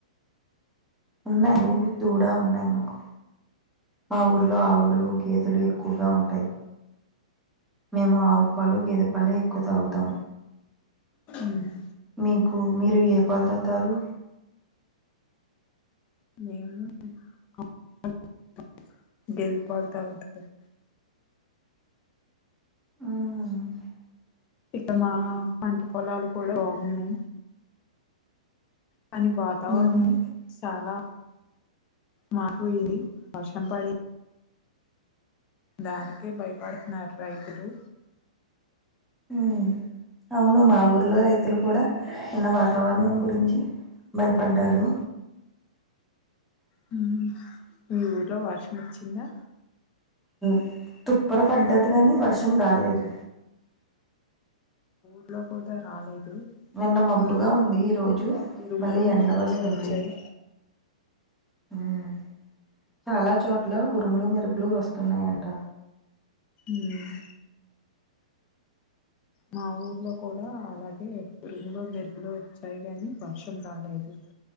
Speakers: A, in the centre; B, on the left.
A: ఉన్నాయి దూడా ఉన్నాయి మాకు మా ఊర్లో ఆవులు గేదెలు ఎక్కువగా ఉంటాయి మేము ఆవు పాలు గేదె పాలే ఎక్కువ తాగుతాం
B: మ్మ్
A: మీకు మీరు ఏ పాలు తాగుతారు
B: మేము <inaudible> పాలు <unintelligible> గేదె పాలు తాగుతాను
A: మ్మ్
B: ఇక్క మా పంట పొలాలు కూడా బాగున్నాయి కాని వాతావరణం
A: మ్మ్
B: చాలా మాకు ఇది వర్షం పడి దానికే భయపడుతున్నారు రైతులు
A: మ్మ్ అవును మా ఊర్లో రైతులు కూడా నిన్న వాతావరణం గురించి భయపడ్డారు
B: హ్మ్ హు మీ ఊర్లో వర్షం వచ్చిందా
A: మ్మ్ తుప్పర పడ్డది గాని వర్షం రాలేదు
B: కుండపోత రాలేదు
A: నిన్న మబ్బుగా
B: ఉరుము
A: ఉంది ఈ రోజు
B: ఉరుములు
A: మళ్ళీ
B: మెరుపులు
A: ఎండ వస్తుంది
B: వచ్చాయి
A: ఉమ్ చాలా చోట్ల ఉరుములు మెరుపులు వస్తున్నాయంట
B: మ్మ్ మా ఊర్లో కూడా అలాగే ఉరుములు మెరుగులు వచ్చాయి గానీ వర్షం రాలేదు